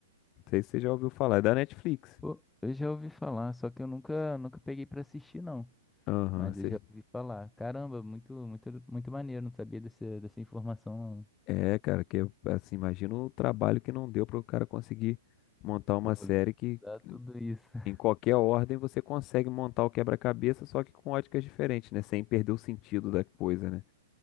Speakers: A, on the left; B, in the centre.
A: Não sei se você já ouviu falar, é da Netflix.
B: Pô, eu já ouvi falar, só que eu nunca, nunca peguei pra assistir, não.
A: Aham,
B: Mas
A: cê-
B: eu já ouvi falar. Caramba, muito, muito, muito maneiro, não sabia desse, dessa informação, não.
A: é, cara, que assim, imagina o trabalho que não deu para o cara conseguir montar
B: Pô,
A: uma
B: Organizar
A: série que
B: tudo isso. <laughs>
A: Em qualquer ordem você consegue montar o quebra-cabeça, só que com óticas diferentes, né? Sem perder o sentido da coisa, né?